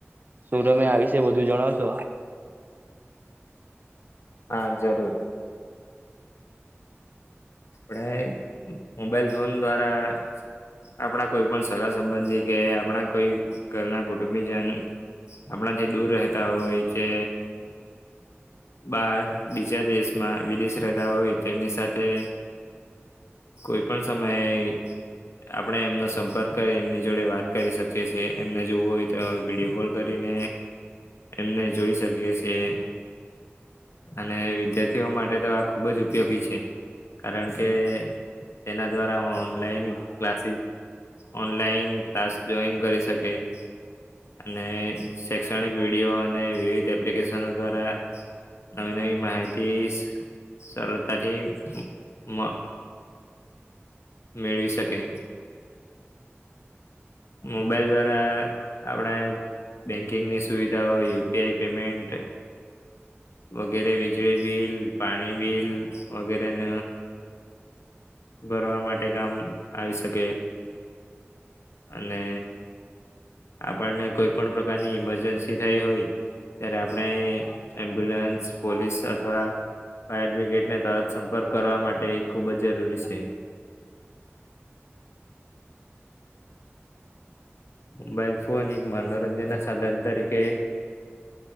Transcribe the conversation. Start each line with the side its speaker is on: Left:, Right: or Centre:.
Right: સુ તમે આવી જ વિશે વધું જણાવશો?
Left: હા જરૂર આપણે મોબાઈલ ફોન દ્વારા આપણા કોઈ પણ સગા સંબંધી કે આપણા કોઈ ઘરના કુટુંબી જન આપણાથી દૂર રહેતા હોય કે બા બીજા દેશમાં વિદેશ રહેતા હોય તેમની સાથે કોઈ પણ સમયે આપણે એમનો સંપર્ક કરી એમની જોડે વાત કરી શકીએ છીએ એમને જોવું હોય તો વિડીયો કોલ કરીને એમને જોઈ શકીએ છીએ. અને વિદ્યાર્થીઓ માટે તો આ ખુબ જ ઉપયોગી છે. કારણ કે એના દ્વારા online classes online class join કરી શકે. અને શૈક્ષણિક વિડીયો અને વિવિધ એપ્લિકેશનો દ્વારા નવી નવી માહિતિ સ સરળતાથી મ મેળવી શકે. મોબાઈલ દ્વારા આપણે બેન્કિંગની સુવિધાઓ યુપીઆઈ પેમેન્ટ વગેરે વીજળી બિલ પાણી બિલ વગેરે ન ભરવા માટે કામ આવી શકે. અને આપણને કોઈ પણ પ્રકારની ઈમરજન્સી થઈ હોય. ત્યારે આપણે એમ્બ્યુલન્સ પોલીસ અથવા ફાયર બ્રિગેડને તરત સંપર્ક કરવા માટે એ ખુબ જ જરૂરી છે. મોબાઈલ ફોન એક મનોરંજન ના સાધન તરીકે